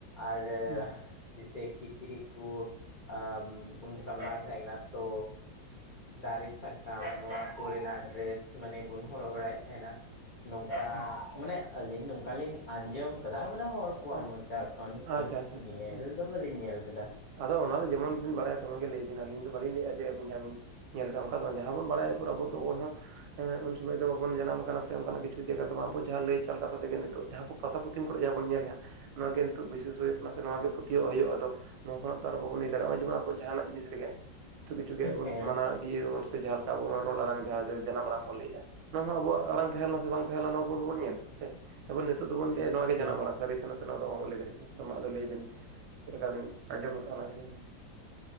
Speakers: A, on the left (about 50°); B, on the right (about 75°).
A: ᱟᱨ
B: ᱦᱩᱸ
A: ᱡᱮᱭᱥᱮ ᱠᱤᱪᱨᱤᱪ ᱠᱩ ᱟᱢ ᱩᱱ ᱡᱚᱠᱷᱚᱱ ᱵᱟᱝ ᱛᱟᱦᱮᱸ ᱠᱟᱱᱟ ᱛᱚᱻ ᱫᱟᱨᱮ ᱥᱟᱠᱟᱢ ᱱᱚᱣᱟ ᱠᱚᱨᱮᱱᱟᱜ ᱰᱨᱮᱥ ᱢᱟᱱᱮ ᱵᱚᱱ ᱦᱚᱨᱚᱜ ᱵᱟᱲᱟᱭᱮᱫ ᱛᱟᱦᱮᱸᱱᱟ᱾ ᱱᱚᱝᱠᱟ
B: ᱦᱩᱸ
A: ᱢᱟᱱᱮ ᱟᱹᱞᱤᱧ ᱱᱚᱝᱠᱟᱞᱤᱧ ᱟᱸᱡᱚᱢ ᱟᱠᱟᱫᱟ ᱢᱟᱱᱮ ᱦᱚᱲ ᱠᱚᱣᱟᱜ
B: ᱦᱩᱸ
A: ᱢᱚᱪᱟ ᱠᱷᱚᱱ, ᱛᱚ
B: ᱟᱪᱪᱷᱟ ᱟᱪᱪᱷᱟ ᱟᱪᱪᱷᱟ
A: ᱧᱮᱞ
B: ᱦᱮᱸ
A: ᱫᱚ ᱵᱟᱹᱞᱤᱧ ᱧᱮᱞ ᱠᱮᱫᱟ᱾
B: ᱟᱫᱚ ᱚᱱᱟ ᱫᱚ ᱡᱮᱢᱚᱱ ᱵᱤᱱ ᱵᱟᱲᱟᱭᱟ ᱛᱮᱢᱚᱱ ᱜᱮ ᱞᱟᱹᱭ ᱵᱤᱱ ᱟᱹᱞᱤᱧ ᱫᱚ ᱵᱟᱹᱞᱤᱧ ᱞᱟᱹᱭ-ᱟ ᱡᱮ ᱟᱹᱵᱤᱱ ᱡᱟᱦᱟᱸ ᱵᱤᱱ ᱧᱮᱞ ᱚᱱᱠᱟ ᱫᱚ ᱵᱟᱝ ᱡᱟᱦᱟᱸ ᱵᱚᱱ ᱵᱟᱲᱟᱭᱟ ᱟᱵᱚ ᱫᱚ ᱚᱠᱚᱭ ᱦᱚᱸ ᱦᱮᱸ ᱩᱱ ᱥᱚᱢᱚᱭ ᱫᱚ ᱵᱟᱵᱚᱱ ᱡᱟᱱᱟᱢ ᱟᱠᱟᱱᱟ ᱥᱮ ᱚᱱᱠᱟᱱᱟᱜ ᱠᱤᱪᱷ ᱠᱤᱪᱷᱩ ᱡᱟᱭᱜᱟ ᱨᱮ ᱵᱟᱝ ᱟᱵᱚ ᱡᱟᱦᱟᱸ ᱩ ᱩ ᱩ ᱡᱟᱭᱜᱟ ᱨᱮ ᱵᱟᱝ ᱟᱵᱚ ᱡᱟᱦᱟᱸ ᱞᱟᱹᱭ ᱪᱟᱞ ᱠᱟᱛᱷᱟ ᱛᱮᱜᱮ ᱱᱤᱛᱚᱜ ᱡᱟᱦᱟᱸ ᱠᱚ ᱯᱟᱛᱷᱟ ᱯᱩᱛᱷᱤ ᱠᱚᱨᱮ ᱡᱟᱦᱟᱸ ᱵᱚᱱ ᱧᱮᱞᱮᱜᱼᱟ᱾ ᱱᱚᱣᱟ ᱜᱮ ᱱᱤᱛᱚᱜ ᱵᱤᱥᱮᱥ ᱦᱩᱭᱩᱜ ᱠᱟᱱᱟ ᱥᱮ ᱱᱚᱣᱟ ᱜᱮ ᱯᱟᱹᱛᱭᱟᱹᱣᱟᱜ ᱦᱩᱭᱩᱜ-ᱟ, ᱟᱫᱚ ᱱᱚᱣᱟ ᱠᱷᱚᱱᱟᱜ ᱛᱚ ᱟᱨ ᱵᱟᱵᱚᱱ ᱤᱫᱤ ᱫᱟᱲᱮᱭᱟᱜ-ᱟ ᱡᱮᱢᱚᱱ ᱟᱵᱚ ᱡᱟᱦᱟᱱᱟᱜ ᱡᱤᱱᱤᱥ ᱨᱮᱜᱮ ᱡᱚᱛᱚ ᱠᱤᱪᱷᱩ ᱜᱮᱵᱚᱱ
A: ᱦᱮᱸ
B: ᱢᱟᱱᱟᱣ ᱤᱭᱟᱹᱭᱟᱵᱚᱱ ᱥᱮ ᱡᱟᱦᱟᱸ ᱞᱮᱠᱟ ᱟᱵᱚ ᱨᱚᱲ ᱟᱲᱟᱝ ᱡᱟᱦᱟᱸ ᱡᱟ ᱡᱟᱱᱟᱢ ᱟᱲᱟᱝ ᱵᱚᱱ ᱞᱟᱹᱭᱮᱫᱼᱟ᱾ ᱱᱚᱣᱟ ᱦᱚᱸ ᱟᱵᱚᱣᱟᱜ ᱟᱲᱟᱝ ᱛᱟᱦᱮᱸ ᱞᱮᱱᱟ ᱥᱮ ᱵᱟᱝ ᱛᱟᱦᱮᱸ ᱞᱮᱱᱟ ᱱᱚᱣᱟ ᱠᱚ ᱵᱟᱵᱚᱱ ᱧᱮᱞ ᱟᱠᱟᱫᱟ ᱥᱮ᱾ ᱮᱵᱚᱱ ᱱᱤᱛᱚᱜ ᱫᱚᱵᱚᱱ ᱞᱟᱹᱭᱟᱜ
A: ᱦᱮᱸ
B: ᱜᱮ ᱡᱟᱱᱟᱢ ᱟᱲᱟᱝ᱾ ᱥᱟᱹᱨᱤ ᱥᱮ ᱱᱟᱥᱮ ᱱᱚᱣᱟ ᱫᱚ ᱚᱦᱚ ᱵᱚᱱ ᱞᱟᱹᱭ ᱫᱟᱲᱮᱠᱮᱭᱟ᱾ ᱢᱟ ᱟᱫᱚ ᱞᱟᱹᱭᱵᱤᱱ ᱪᱮᱫ ᱞᱮᱠᱟᱵᱮᱱ ᱟᱸᱡᱚᱢ ᱟᱠᱟᱫ-ᱟ ᱚᱱᱟᱜᱮ ᱞᱟᱹᱭᱵᱮᱱ?